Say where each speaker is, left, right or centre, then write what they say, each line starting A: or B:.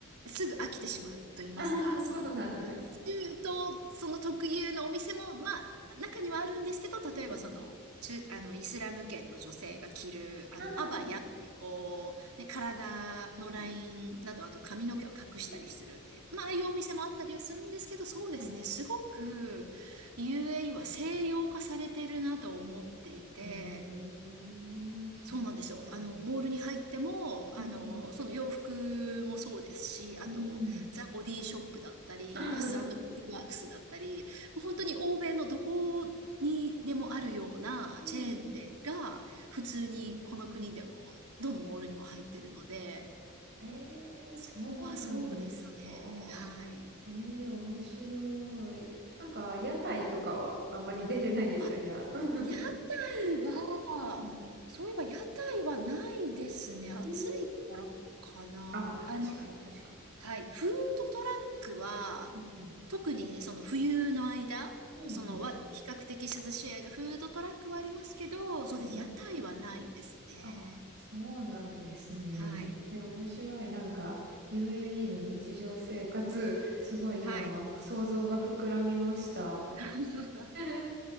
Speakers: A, on the right; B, on the right.
A: すぐ飽きてしまうと言いますか、
B: ああ、そうなんですか。
A: そ中東、その特有のお店も、まあ、な中にはあるんですけど、例えばその、
B: はい。
A: 中、あの、イスラム圏の女性が着る、あの、
B: ああ。
A: アバヤっていう、
B: う
A: こう、ね、体のラインなど、
B: ん
A: あと髪の毛を隠したりする。
B: うん。
A: まあ、ああいうお店もあったりはするんですけど、そうですね、
B: はい。
A: すごく UAE は西洋化されてるなと思っていて、
B: ええそうなんだ。
A: そうなんですよ。あの、モールに入っても、
B: うん。
A: あの、その洋服もそうですし、あと、
B: うん。
A: ザ・ボディショップだったり、
B: <laughs>
A: バスワークスだったり、もう本当に欧米のどこにでもあるようなチェーン店が、
B: うんうん
A: 普通にこの国でも、どのモールにも入ってるので、
B: えー、
A: そこはそうですね。
B: そうなんですか。
A: はい。
B: えー、面白い。なんか、屋台とかはあんまり出てないんですか、
A: あ、
B: じゃあ。<laughs>
A: 屋台は、
B: うん。
A: そういえば屋台はないですね。暑いからかな。
B: えー、あ、まあ確かに確かに。
A: あはい。フードトラックは、
B: うん
A: 特にその冬の間、
B: うん。
A: そのわ、
B: うんうん。
A: 比較的涼しい間、フードトラックはありますけど、そうです。
B: うんうん。
A: 屋台はないですね。
B: あ、そうなんですね。
A: はい。
B: へえ、面白い。なんか、UAE の日常生活、すごい今、
A: はい。
B: 想像が膨らみました。
A: <laughs>
B: <laughs> え